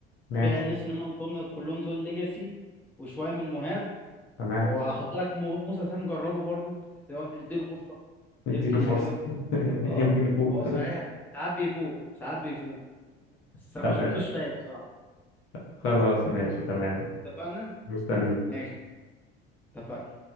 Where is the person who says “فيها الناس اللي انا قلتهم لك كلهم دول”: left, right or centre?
Centre